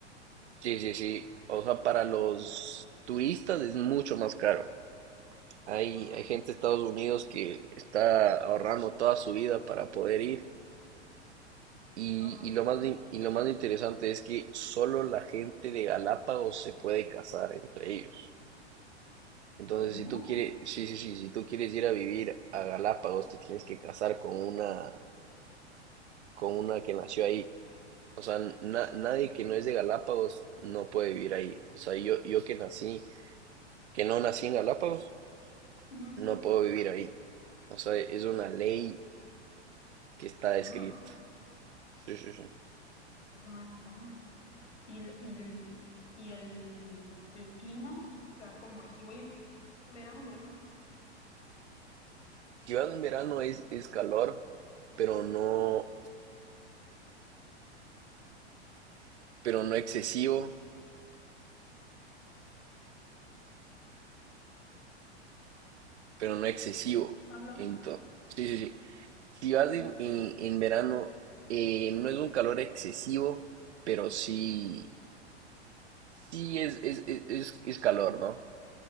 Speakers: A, on the right; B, on the left.
A: Sí, sí, sí. O sea, para los turistas es mucho más caro. Hay,
B: Anda,
A: hay gente de Estados Unidos que está ahorrando toda su vida para poder ir. Y,
B: anda.
A: y lo más, in- y lo más interesante es que solo la gente de Galápagos se puede casar entre ellos. Entonces,
B: ¿Cómo?
A: si tú quieres, sí, sí, sí, si tú quieres ir a vivir a Galápagos, te tienes que casar con una, con una que nació ahí. O sea, na- nadie que no es de Galápagos no puede vivir ahí. O sea, yo, yo que nací, que no nací en Galápagos,
B: Ujú,
A: no puedo vivir ahí. O sea, es una ley que está escrita.
B: Anda,
A: Sí, sí, sí.
B: qué cosa más extraña. ¿Y, el, y el- y el- el clima? O sea, ¿cómo es? Si voy en verano, por ejemplo,
A: Si vas en verano es, es calor, pero no, pero no excesivo, pero no excesivo.
B: Pablo,
A: Entonces, sí, sí, sí. Si vas
B: ujú,
A: en, en- en verano, eh, no es un calor excesivo, pero sí, sí es, es, es, es es calor, ¿no?